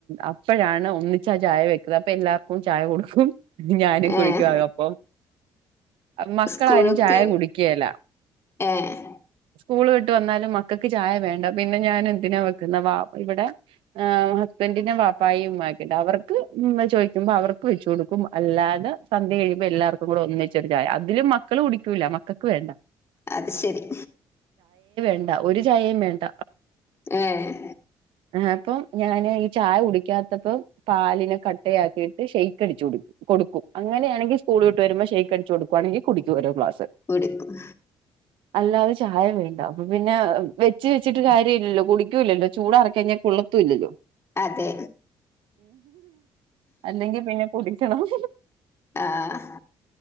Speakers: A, on the right; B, on the left.
A: അപ്പഴാണ് ഉമ്മ ചായ വെക്കുന്നത്. അപ്പോ എല്ലാർക്കും ചായ കൊടുക്കും ഉം ഞാനും കുടിക്കുമവരോടൊപ്പം,
B: ഏഹ്
A: മക്കളാരും
B: സ്കൂൾക്ക്
A: ചായ കുടിക്കുകയില്ല.
B: ഏഹ്
A: സ്കൂൾ ട്ട് വന്നാലും മക്കക്ക് ചായ വേണ്ട പിന്നെ ഞാനെന്തിനാ വെക്കുന്നെ ഇവിടെ ഹസ്ബൻഡിൻ്റെ ബാപ്പയും ഉമ്മയും പിന്നെ അവർക്ക് ഇങ്ങനെ ചോദിക്കുമ്പോൾ അവർക്ക് വെച്ചു കൊടുക്കും അല്ലാതെ സന്ധ്യ കഴിയുമ്പോൾ എല്ലാവർക്കും കൂടി ഒന്നിച്ചൊരു ചായ അതിലും മക്കൾ കുടിക്കൂല്ല മക്കൾക്ക് വേണ്ട
B: അതുശരി
A: ഇല്ല ഒരു ചായെം വേണ്ട.
B: ഏഹ്
A: അപ്പം ഞാന് ചായ കുടിക്കാത്തപ്പം പാലിനെ കട്ടയാക്കിയിട്ട് ഷേക്ക് അടിച്ചു കുടിക്കും, കൊടുക്കും. അങ്ങനെയാണെങ്കിൽ സ്കൂൾ വിട്ടു വരുമ്പോ ഷേക്ക് അടിച്ചുകൊടുക്കുവാണെങ്കി കുടിക്കും ഓരോ ഗ്ലാസ്.
B: കുടിക്കും
A: അല്ലാതെ ചായ വേണ്ട. അപ്പപ്പിന്നെ വെച്ചു വെച്ചിട്ടു കാരൃമില്ലല്ലോ, കുടിക്കൂല്ലല്ലോ. ചൂടാറിക്കഴിഞ്ഞാൽ കൊളളത്തുമില്ലല്ലോ.
B: അതേ
A: അല്ലെങ്കിൽ പിന്നെ കുടുങ്ങി <unintelligible>
B: ആഹ്